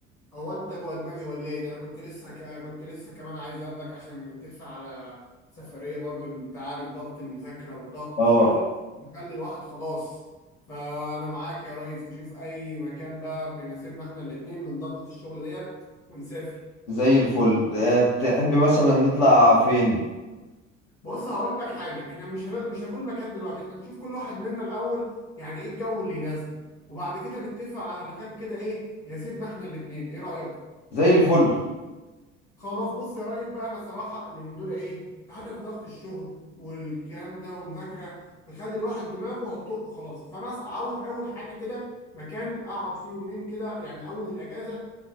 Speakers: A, on the left; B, on the left.
A: هو انت جوه دماغي ولا ايه ده انا كنت لسه ك... كنت لسه كمان عايز اقابلك عشان نتفق على سفريه برضو انت عارف ضغط المذاكره وضغط
B: اه
A: الشغل مخلي الواحد خلاص فانا معاك يا ريس تشوف اي مكان بقى بيناسبنا احنا الاتنين من ضغطه الشغل ديت ونسافر
B: زي الفل آه، تحب مثلا نطلع فين
A: بص هقول لك حاجه احنا مش هن... مش هنقول مكان دلوقتي احنا نشوف كل واحد منا الاول يعني ايه الجو اللي يناسبه وبعد كده نتفق على مكان كده ايه يناسبنا احنا الاتنين ايه رايك
B: زي الفل
A: خلاص بص يا ريس بقى انا صراحه اللي من دول ايه انت عارف ضغط الشغل والكلام ده والمذاكره بيخلي الواحد دماغه هتطق خلاص فانا عاوز اول حاجه كده مكان اقعد فيه يومين كده يعني اول الاجازه